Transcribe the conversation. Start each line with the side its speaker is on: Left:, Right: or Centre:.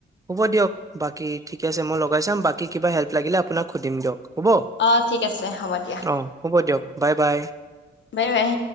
Right: হ'ব দিয়ক বাকী ঠিকে আছে মই লগাই চাম বাকী কিবা হেল্প লাগিলে আপোনাক সুধিম দিয়ক হ'ব
Left: অ ঠিক আছে হ'ব দিয়া
Right: অ হ'ব দিয়ক বাই বাই
Left: বাই বাই